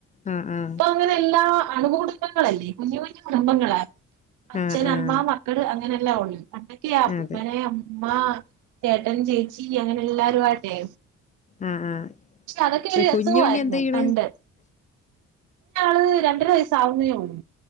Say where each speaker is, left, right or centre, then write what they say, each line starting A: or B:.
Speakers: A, on the left (about 25°); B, on the right (about 80°).
A: ആഹ് ആഹ്
B: അങ്ങനെ എല്ലാ അണു കുടുംബങ്ങളല്ലേ കുഞ്ഞു കുഞ്ഞു കുടുംബങ്ങളാ അച്ഛൻ
A: ആഹ് ആഹ്.
B: അമ്മ മ ക്കൾ അങ്ങനെ എല്ലാ ഉള്ള് പണ്ടൊക്കെ അപ്പൂപ്പന്
A: അതെ.
B: അമ്മൂമാചേട്ടൻ ചേച്ചി അങ്ങനെ എല്ലരുമായിട്ടേ
A: ആഹ് ആഹ്.
B: പക്ഷേ അതൊക്കെ ഒരു
A: എ
B: രസോം
A: കുഞ്ഞുണ്ണി
B: ആയിരുന്നു
A: എന്താ ചെയ്യണ്?
B: പണ്ട് ള യാള് രണ്ടര വയസ്സാവുന്നേ ഒള്ളു